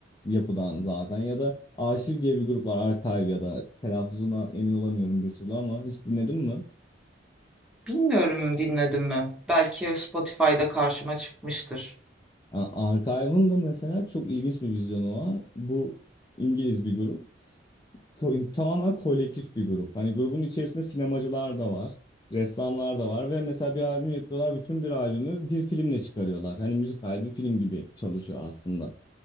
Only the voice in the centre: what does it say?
Bilmiyorum dinledim mi? Belki Spotify'da karşıma çıkmıştır.